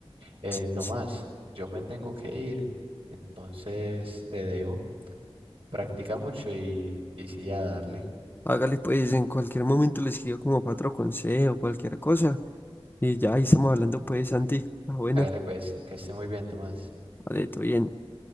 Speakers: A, on the right (about 70°); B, on the left (about 20°).
A: Eh,
B: sí,
A: Tomás,
B: sí.
A: yo me tengo que ir, entonces te dejo. Practica mucho y, y sí, a darle.
B: hágale pues, en cualquier momento le escribo como cuatro consejos, cualquier cosa. Y ya ahí estamos hablando pues, Santi. Ah, buena,
A: Hágale pues, que esté muy bien, Tomás.
B: vale, todo bien.